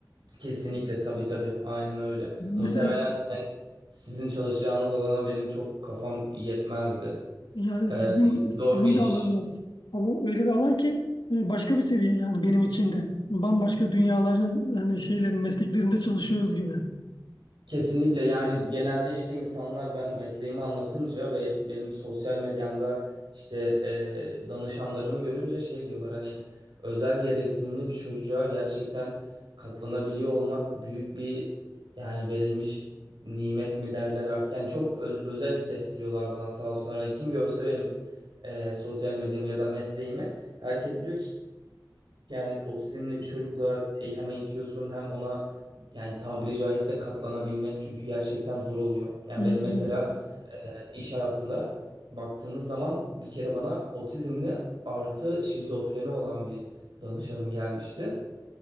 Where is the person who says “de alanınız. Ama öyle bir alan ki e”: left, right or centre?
Left